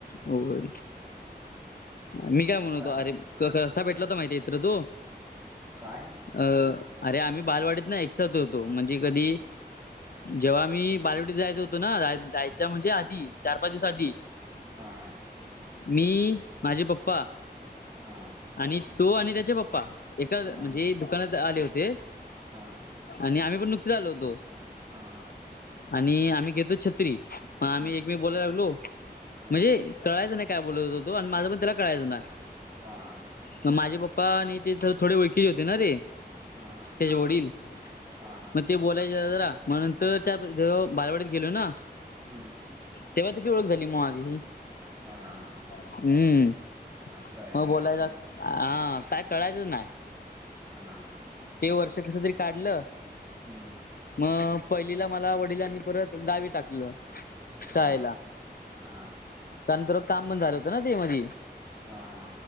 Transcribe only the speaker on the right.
आता
काय?
हा हा,
हा,
हा
हा
हा
हा हा
हम्म
हा हा
हा हा,
हा हा
हा हा
हम्म,
हा हा
असं आहे
काय
विषय
हा हा,
हम्म,
हा
हा
हा हा